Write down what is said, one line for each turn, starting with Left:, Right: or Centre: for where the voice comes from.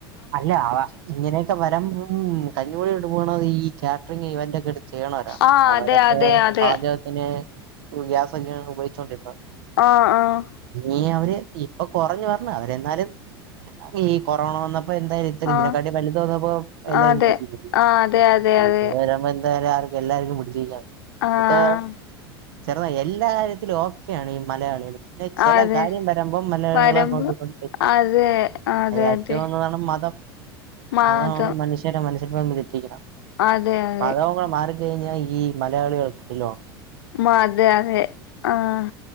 Right: അല്ല അവ ഇങ്ങനെക്ക വരമ്പം കഞ്ഞൂടി ഇട്ട് പോണത് ഈ ക്യാറ്റ്റിങ്ങ് ഇവന്റെക്കെടു ചെയ്യണോരാണ്.
Left: ആഹ്
Right: അവരെക്കെ
Left: അതെ അതെ അതെ
Right: പാചകത്തിന് ഉ ഗ്യാസക്കെയാണ് ഉപയോഗിച്ചോണ്ടിര്ന്ന
Left: ആഹ് ആഹ്
Right: ഇനി അവര് ഇപ്പ കൊറഞ്ഞ് പർഞ്ഞ് അവര് എന്നാലും ഈ കൊറോണ വന്നപ്പോ എന്തായ ചെല്
Left: ആഹ്
Right: ഇതിനെക്കാട്ടി വല്ത് വന്നപ്പോ എല്ലാരും
Left: അതെ
Right: പിടിക്കപ്പെട്ടു
Left: ആഹ് അതെ അതെ
Right: ഇത്
Left: അതെ
Right: വരുമ്പോ എന്തായാലും ആർ എല്ലാര്ക്കും പിട്ച്ച് നിക്കാം
Left: ആഹ്
Right: <unintelligible> ചെറുന്നാ എല്ലാ കാര്യത്തിലും ഓക്കെയാണ് ഈ മലയാളികള് പിന്നെ ചെല
Left: അതെ
Right: കാര്യം വരുമ്പം മലയാളികള്
Left: വരമ്പ്
Right: അങ്ങോട്ട് ഇങ്ങോട്ട് തെറ്റും
Left: അതെ അതെ
Right: അയ്ല്
Left: അതെ
Right: ഏറ്റൊന്ന് മതം
Left: മാതം
Right: മതാണ് മനുഷ്യരെ <unintelligible> തെറ്റിക്കണ
Left: അതെ അതെ
Right: മതൊക്കൊട മാറിക്കഴിഞ്ഞ ഈ മലയാളികള് കിടിലാണ്.
Left: മത അതെ ആഹ്